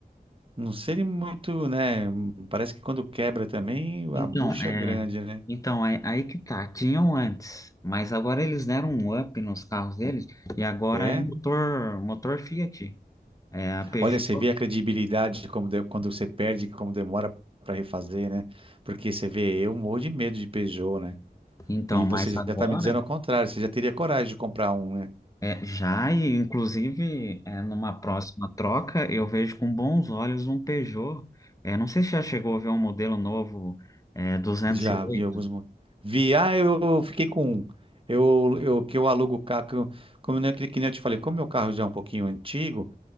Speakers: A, on the right (about 35°); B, on the left (about 20°).
A: Não seria muito, né? Parece que quando quebra também,
B: Então,
A: a bucha
B: é,
A: é grande, né?
B: então é, aí que tá. Tinham antes, mas agora eles deram um up nos carros deles e agora
A: É.
B: é motor, motor Fiat. É a Peugeot.
A: Olha, você vê a credibilidade de como de- quando você perde, como demora para refazer, né? Porque você vê, eu morro de medo de Peugeot, né?
B: Então,
A: E você
B: mas
A: já
B: agora
A: tá me dizendo ao contrário, você já teria coragem de comprar um, né?
B: É, já, e inclusive, é, numa próxima troca, eu vejo com bons olhos um Peugeot. É, não sei se já chegou a ver um modelo novo, é, 208.
A: Já vi alguns. mo- Vi, ah, eu fiquei com um. Eu, eu que eu alugo o carro, que eu- como eu, que nem eu te falei, como meu carro já é um pouquinho antigo.